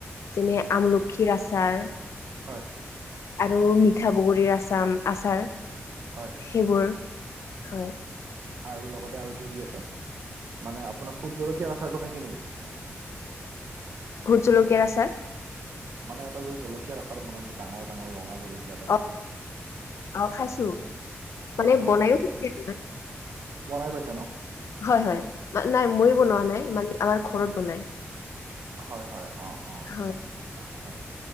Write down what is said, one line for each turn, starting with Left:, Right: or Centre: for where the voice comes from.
Left: যেনে আমলখিৰ আচাৰ।
Right: হয়।
Left: আৰু মিঠা বগৰীৰ আচাম আচাৰ।
Right: হয়।
Left: সেইবোৰ হয়।
Right: আৰু লগতে আৰু কি কি আছে মানে আপোনাৰ ফুট জলকীয়া আচাৰটো খাইছে নেকি?
Left: ভোট জলকীয় আচাৰ।
Right: মানে এটা যে জলকীয়া আচাৰ বনাই যে ডাঙৰ ডাঙৰ ৰঙা জলকীয়া এটা আছে
Left: অ
Right: যে।
Left: অ খাইছো,
Right: হয়
Left: মানে
Right: হয়
Left: বনাইয়ো
Right: অ
Left: থৈছে এটিমান।
Right: বনাই পাইছা ন?
Left: হয় হয় মা নাই মই বনোৱা নাই মানে আমাৰ ঘৰত বনাই।
Right: হয় হয় অ অ
Left: হয়
Right: আত্চ্ছা